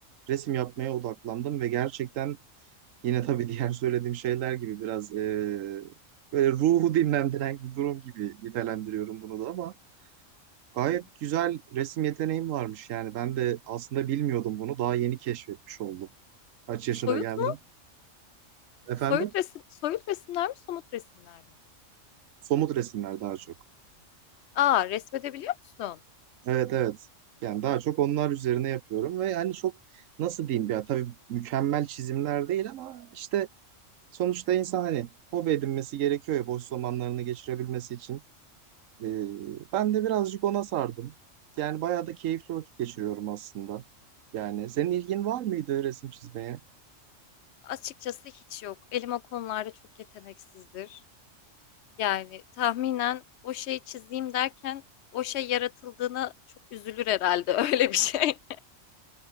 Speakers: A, on the right; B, on the left.
A: resim yapmaya odaklandım ve gerçekten yine tabii diğer söylediğim şeyler gibi biraz eee, böyle ruhu dinlendiren bir durum gibi nitelendiriyorum bunu da ama Gayet
B: Hmm.
A: güzel resim yeteneğim varmış yani. Ben de aslında bilmiyordum bunu. Daha yeni keşfetmiş oldum. Kaç yaşına
B: Soyut
A: geldim.
B: mu?
A: Efendim?
B: Soyut resim, soyut resimler mi, somut resimler mi?
A: Somut resimler daha çok.
B: Aa, resmedebiliyor musun?
A: Evet evet. Yani daha çok onlar üzerine yapıyorum ve yani çok nasıl diyeyim ya tabii mükemmel çizimler değil ama işte sonuçta insan hani hobi edinmesi gerekiyor ya boş zamanlarını geçirebilmesi için. Ee, ben de birazcık ona sardım. Yani bayağı da keyifli vakit geçiriyorum aslında. Yani senin ilgin var mıydı resim çizmeye?
B: Açıkçası hiç yok. Elim o konularda çok yeteneksizdir. Yani tahminen o şeyi çizeyim derken o şey yaratıldığına çok üzülür herhalde <laughs> öyle bir şey.